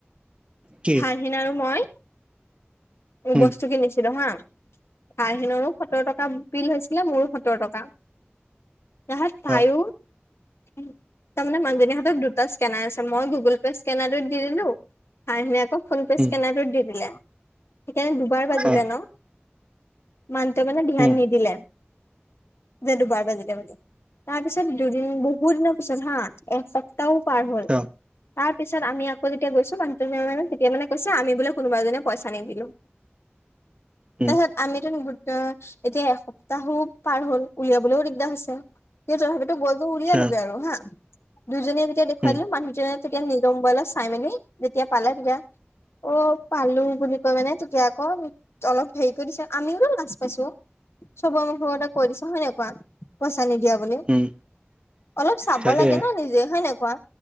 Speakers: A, on the right; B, on the left.
A: কি
B: ভাইহিনা আৰু মই
A: উম
B: বস্তু কিনিছিলো হা', ভাইহিনৰো সত্তৰ টকা বিল হৈছিলে মোৰো সত্তৰ টকা। তাহাত ভাইও
A: অ
B: তাৰমানে মানুহজনী হাতত দু টা স্কেনাৰ আছে, মই গুগল পে' স্কেনাৰতো দি দিলো, ভাইহিনে আকৌ ফোনপে'
A: উম
B: স্কেনাৰটোত দি দিলে। সেইকাৰণে দুবাৰ বাজিলে
A: অ
B: ন', মানুহটোৱে মানে ধ্যান
A: উম
B: নিদিলে। দে দুবাৰ বাজিলে বোলে। তাৰপিছত দুদিন, বহুত দিনৰ পিছত হাঁ, একত তাও পাৰ হ'ল।
A: অ
B: তাৰপিছত আমি আকৌ যেতিয়া গৈছো মানুহজনে মানে তেতিয়া কৈছে আমি কোনোবা এজনে পইচ নিদিলো।
A: উম
B: তাৰপিছত আমিতো মূহুৰ্ত এতিয়া এসপ্তাহো পাৰ হ'ল, উলিয়াবলো দিগদাৰ হৈছে। কিন্তু তথাপিতো গৈ টো উলিয়ালোগে
A: অ
B: আৰু হাঁ। দুজনীয়ে যেতিয়া দেখুৱাই
A: উম
B: দিলো মানুহজনে তেতিয়া নিজৰ মোবাইলত চাইমেলি যেতিয়া পালে, তেতিয়া অ, পালো বুলি কয় মানে তেতিয়া আকৌ অলপ হেৰি কৰি দিছে আমিও তো লাচ পাইছো। চবৰে মুখৰ আগতে কৈ দিছে হয় নাই কোৱা পইচা নিদিয়া বুলি।
A: উম
B: অলপ চাব
A: তাকে
B: লাগে ন' নিজে হয় নাই কোৱা।